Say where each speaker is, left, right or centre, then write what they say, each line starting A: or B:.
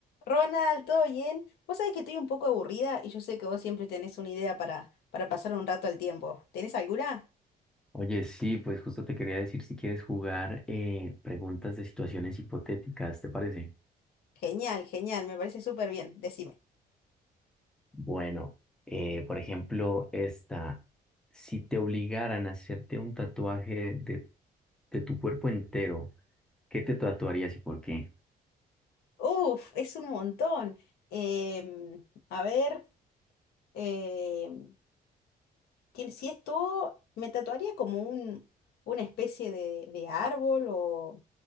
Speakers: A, on the left; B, in the centre.
A: Ronald, ¿todo bien? Vos sabés que estoy un poco aburrida y yo sé que vos siempre tenés una idea para, para pasar un rato al tiempo. ¿Tenés alguna?
B: Oye, sí, pues justo te quería decir si quieres jugar eh, preguntas de situaciones hipotéticas, ¿te parece?
A: Genial, genial, me parece súper bien, decime.
B: Bueno, eh, por ejemplo, esta, si te obligaran a hacerte un tatuaje de, de tu cuerpo entero, ¿qué te tatuarías y por qué?
A: Uf, es un montón. Em, a ver, em, tien- si esto me tatuaría como un, una especie de, de árbol o,